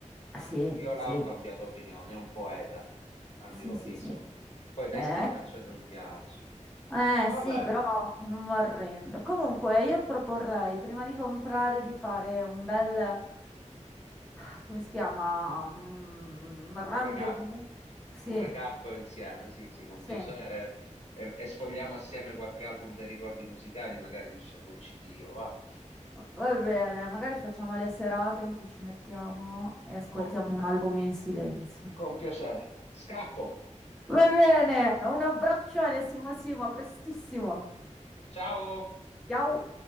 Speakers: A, in the centre; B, on the left (about 60°).
A: Eh Sì,
B: Io là
A: sì,
B: ho cambiato opinione, è un poeta, a
A: sì,
B: mio avviso.
A: sì, sì. Eh,
B: Poi i testi
A: Beh, Ecco.
B: piacciono o non piacciono.
A: Eh
B: Vabbè,
A: sì, però non mi arrendo. Comunque, io proporrei prima di comprare di fare un bel, <sighs> ah, come si chiama? Un rendezvous.
B: Un recap,
A: Sì,
B: un recap insieme, sì, sì, con
A: sì.
B: piacere. E, e sfogliamo assieme qualche album dei ricordi musicali, magari mi scelgo un CD, io, va.
A: Va bene, magari facciamo le serate in cui ci mettiamo e ascoltiamo
B: Con,
A: un album in silenzio.
B: con piacere. Scappo.
A: Va bene, un abbraccione, Simo Simo, a prestissimo.
B: Ciao.
A: Ciao.